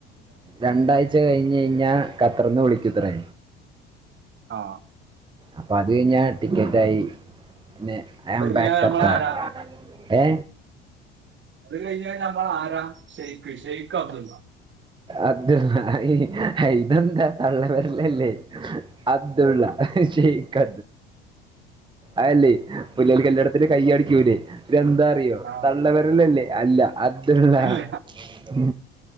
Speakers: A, on the right (about 15°); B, on the right (about 40°).
A: രണ്ടാഴ്ച കഴിഞ്ഞ് കഴിഞ്ഞാൽ ഖത്തറിന്ന് വിളിക്കും ക്കുംത്രേ
B: അ
A: അപ്പോ അത് കഴിഞ്ഞാ എത്തിക്കാം എന്തായി പിന്നെ അയാം
B: അത് കഴിഞ്ഞാ
A: ബാക്ക്
B: നമ്മള
A: ദ കാർ
B: ആരാ
A: ഏ
B: ഇതും കഴിഞ്ഞിനയോ ഇങ്ങളാരാ ഷെയ്ക്ക് ഷെയ്ക്ക് അബ്ദുള്ള
A: അത് ആയി ഹയ് ഇതെന്താ തള്ളവെര- ഇതല്ലേ അബ്ദുള്ള ശെ- <unintelligible> അതല്ലീ പിള്ളെര് കല്യാണത്തിന് കൈയ്യടിക്കൂലെ
B: ഉം
A: ഇതെന്താ അറിയോ
B: ആഹ്
A: തള്ള വെരളില്ലേ അല്ല അ <unintelligible>
B: അല്ല